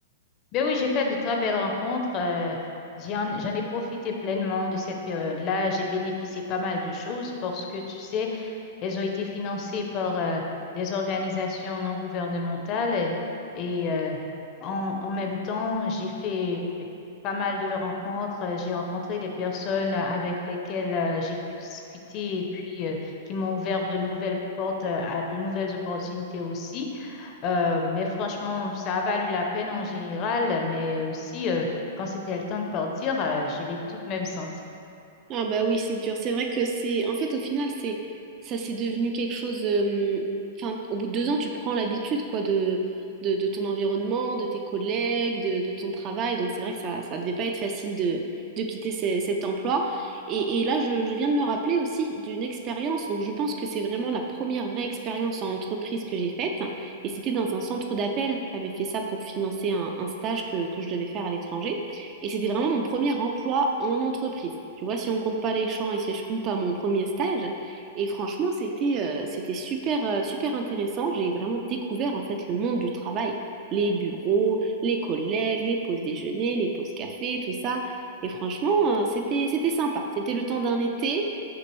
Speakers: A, on the left; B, on the right.
A: Ben oui, j'ai fait de très belles rencontres. euh, j'en, j'en ai profité pleinement de cette période-là. J'ai bénéficié pas mal de choses parce que tu sais, Elles ont été financées par euh, des organisations non gouvernementales et, et, euh, en, en même temps, j'ai fait pas mal de rencontres. J'ai rencontré des personnes avec lesquelles euh, j'ai pu discuter et puis euh, qui m'ont ouvert de nouvelles portes euh, à de nouvelles opportunités aussi. Euh, mais franchement, ça a valu la peine en général, mais aussi euh, quand c'était le temps de partir, euh, je l'ai tout de même senti.
B: Ah bah oui, c'est dur. C'est vrai que c'est... En fait, au final, c'est ça c'est devenu quelque chose... euh, Enfin, au bout de deux ans, tu prends l'habitude, quoi, de... De, de ton environnement, de tes collègues, de, de ton travail. Donc c'est vrai que ça ça devait pas être facile de, de quitter ce- cet emploi. Et, et là, je, je viens de me rappeler aussi d'une expérience. Donc je pense que c'est vraiment la première vraie expérience en entreprise que j'ai faite. Et c'était dans un centre d'appel. J'avais fait ça pour financer un, un stage que, que je devais faire à l'étranger. Et c'était vraiment mon premier emploi en entreprise. Tu vois, si on compte pas les champs et si je compte pas mon premier stage. Et franchement, c'était euh, c'était super, euh, super intéressant. J'ai vraiment découvert en fait le monde du travail, les bureaux, les collègues, les pauses déjeuner, les pauses café, tout ça. Et franchement, euh, c'était, c'était sympa. C'était le temps d'un été.